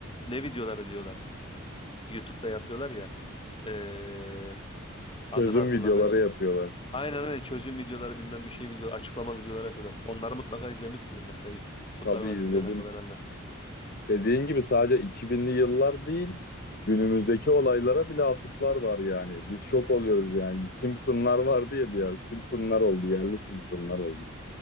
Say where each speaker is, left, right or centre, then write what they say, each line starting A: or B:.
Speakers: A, on the left; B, on the left.
A: ne videoları diyorlar. YouTube'da yapıyorlar ya eee,
B: Çözüm
A: adını hatırlamaya
B: videoları
A: çalış-
B: yapıyorlar.
A: Aynen öyle çözüm videoları bilmem bir şey video açıklama videoları yapıyorlar. Onları mutlaka izlemişsindir mesela Kurtlar
B: Tabii
A: Vadisi
B: izledim.
A: ile alakalı herhalde.
B: Dediğin gibi sadece 2000'li yıllar değil, günümüzdeki olaylara bile atıflar var yani. Biz şok oluyoruz yani. Simpsonlar vardı ya bir yer. Simpsonlar oldu, yerli Simpsonlar oldu.